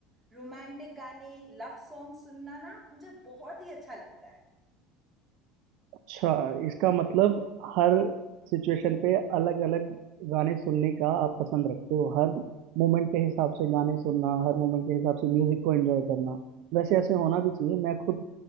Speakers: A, in the centre; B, on the right (about 55°).
A: रोमांटिक गाने लव सॉन्ग सुनना ना मुझे बहुत ही अच्छा लगता है
B: अच्छा इसका मतलब हर सिचुएशन पे अलग अलग गाने सुनने का आप पसंद रखते हो हर मोमेंट के हिसाब से गाने सुनना हर मोमेंट के हिसाब से म्यूजिक को एंजॉय करना वैसे ऐसे होना भी चाहिए मैं खुद